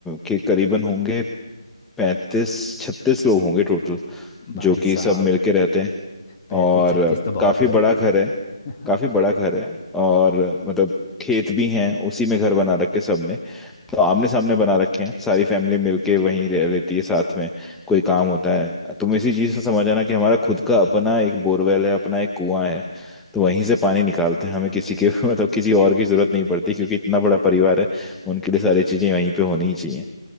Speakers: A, in the centre; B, on the left (about 25°).
A: के करीबन होंगे पैंतीस छत्तीस लोग होंगे टोटल
B: भाई
A: जो कि
B: साहब
A: सब मिलके रहते हैं
B: पैंतीस
A: और
B: छत्तीस तो बहुत
A: काफी
B: हुए
A: बड़ा घर है
B: <laughs>
A: काफी बड़ा घर है और मतलब खेत भी हैं उसी में घर बना रखे सबने तो आमने सामने बना रखे हैं सारी फैमिली मिलके वहीं रह लेती है साथ में कोई काम होता है तुम इसी चीज से समझ आना कि हमारा खुद
B: हम्म,
A: का अपना एक बोरवेल है अपना एक कुआं है तो वहीं से पानी निकालते हैं हमें किसी के <laughs> मतलब किसी और की जरूरत नहीं पड़ती क्योंकि इतना बड़ा परिवार है उनके लिए सारी चीजें वहीं पे होनी ही चाहिए